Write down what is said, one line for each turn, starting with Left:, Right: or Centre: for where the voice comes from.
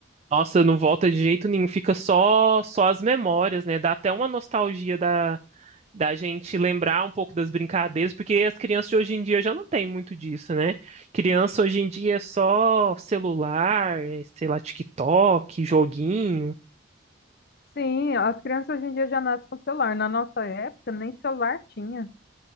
Right: Nossa, não volta de jeito nenhum, fica só só as memórias, né? Dá até uma nostalgia da, da gente lembrar um pouco das brincadeiras, porque as crianças de hoje em dia já não tem muito disso, né? Criança hoje em dia é só celular, eh, sei lá, TikTok, joguinho.
Left: Sim, as crianças hoje em dia já nascem com celular. Na nossa época, nem celular tinha.